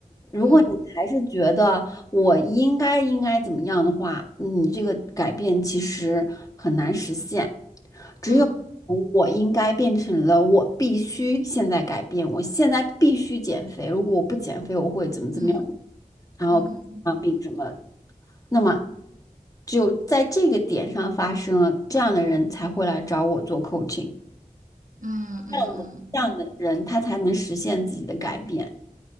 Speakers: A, on the left (about 25°); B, on the right (about 65°).
A: 如果你还是觉得我应该应该怎么样的话，
B: 嗯
A: 你这个改变其实很难实现。只有从我应该变成了我必须现在改变，
B: 嗯
A: 我现在必须减肥。如果我不减肥，我会怎么怎么样，
B: 嗯
A: 然后生病什么。
B: 嗯哼嗯哼
A: 那么，只有在这个点上发生了，这样的人才会来找我做 coaching，
B: 嗯嗯嗯，
A: 这样的这样的人他才能实现自己的改变。
B: 嗯